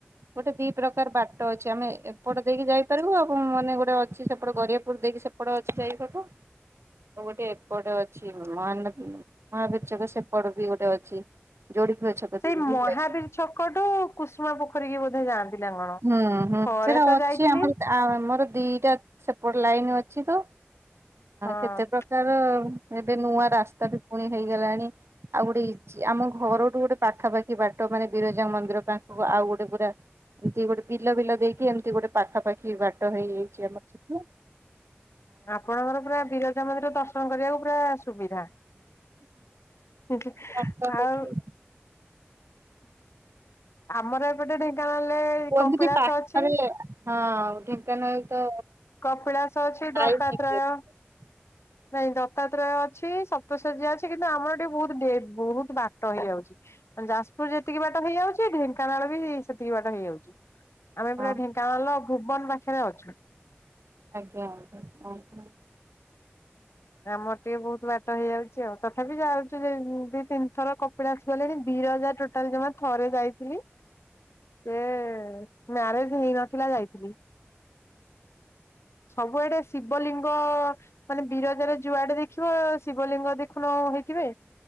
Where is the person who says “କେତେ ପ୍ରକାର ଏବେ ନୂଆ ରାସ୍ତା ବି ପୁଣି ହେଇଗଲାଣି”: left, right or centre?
Right